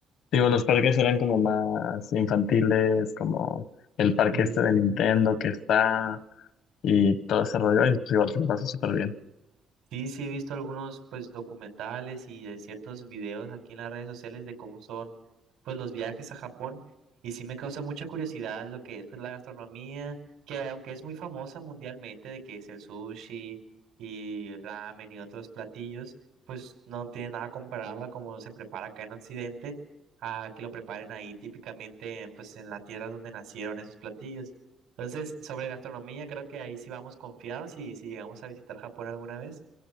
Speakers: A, on the left; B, on the right.
A: digo, los parques eran como más infantiles, como el parque
B: ujú.
A: este de Nintendo que está y todo ese rollo y pues igual se la pasó súper bien.
B: Sí, sí he visto algunos pues documentales y eh, ciertos videos aquí en las redes sociales de cómo son pues los viajes a Japón y sí me causa mucha curiosidad lo que es pues la gastronomía, que aunque es muy famosa mundialmente de que es el sushi y ramen y otros platillos, pues no tiene nada comparado a cómo se prepara acá en Occidente a que lo preparen ahí típicamente en, pues en la tierra donde nacieron esos platillos. Entonces, sobre gastronomía, creo que ahí sí vamos confiados y si llegamos a visitar Japón alguna vez.